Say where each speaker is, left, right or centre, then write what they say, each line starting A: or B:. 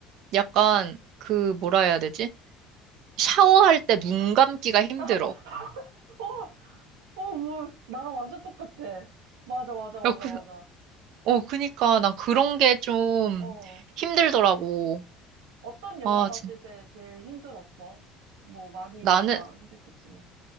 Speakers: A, on the right; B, on the right.
A: 약간, 그, 뭐라 해야 되지? 샤워할 때 눈 감기가 힘들어.
B: 아, <laughs> 아, 어, 어, 뭐, 나랑 완전 똑같아. 맞아, 맞아, 맞아,
A: 야, 그,
B: 맞아.
A: 어, 그니까 난 그런 게 좀
B: 어,
A: 힘들더라고.
B: 어떤 영화
A: 아,
B: 봤을
A: 진,
B: 때 제일 힘들었어? 뭐, 많이
A: 나는,
B: 다 힘들겠지만.